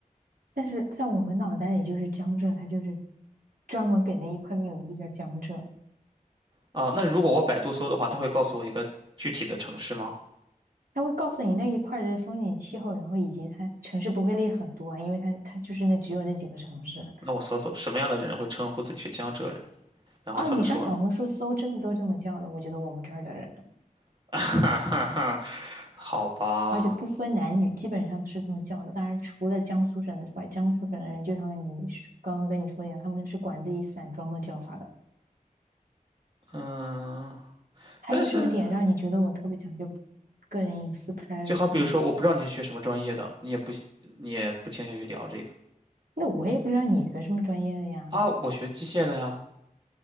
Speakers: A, on the right; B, on the right.
A: 但是在我们脑袋里就是江浙，它就是专门给那一块命名就叫江浙，
B: 啊，那如果我百度搜的话，它会告诉我一个具体的城市吗？
A: 它会告诉你那一块儿的风景气候，然后以及它城市不会列很多啊，因为它它就是那只有那几个城市
B: 那我搜搜什么样的人会称呼自己是江浙人，然后他们说，
A: 啊。你上小红书搜，真的都这么叫的，我觉得我们这儿的人，
B: <laughs> 哈哈哈，好吧，
A: 而且不分男女，基本上都是这么叫的。当然，除了江苏省的之外，江苏省的人就像你说刚刚跟你说的一样，他们是管自己散装的叫法的。
B: 嗯，
A: 还有什么点让你觉得我特别讲究
B: 但是
A: 个人隐私 privacy
B: 就好比如说，
A: 呢？
B: 我不知道你是学什么专业的，你也不你也不倾向于聊这个。
A: 那我也不知道你学什么专业的呀，
B: 啊，我学机械的呀，